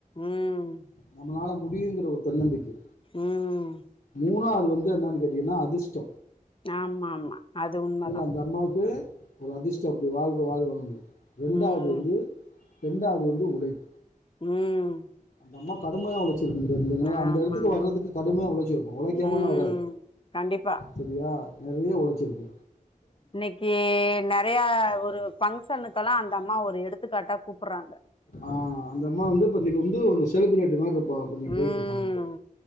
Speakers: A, on the left; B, on the left.
A: ம்
B: நம்மளால மு டியுங்குற ஒரு தன்னம்பிக்கை
A: ம்
B: மூணாவது வந்து என்னான் கேட்டிங்னா அதிஷ்டொ
A: ஆமா ஆமா அது உண்மதா
B: அந்த அம்மாவுக்கு ஒரு அதிஷ்டொ அப்டி வாழ்க்க வாழ்றம்னு ரெண்டாவ்து
A: ம்
B: வந்து ரெண்டாவ்து வந்து உழைப்
A: ம்
B: அந்தம்மா கடுமையா உலச் சிட்ருந்ததுனால
A: ஆமா
B: அந்த எடத்துக்கு
A: ஆமா
B: வர்றதுக்கு கடுமையா உழச்சிருக்கு உழைக்காமல்லா
A: ம்
B: வராது
A: கண்டிப்பா
B: செரியா நறைய ஒழச்சிருக்கு
A: இன்னக்கி நறையா ஒரு ஃபங்க் ஷனுக்கெல்லா அந்த அம்மா ஒரு எடுத்துக்காட்டா கூப்புர்றாங்க
B: ஆ அந்த அம்மா வந்து இப்ப இன்னக்கி வந்து ஒரு செலிப்ரெட்டி மார்ருப் பா அப்ப நீ
A: ம்
B: போய்ட்டு போனப்ப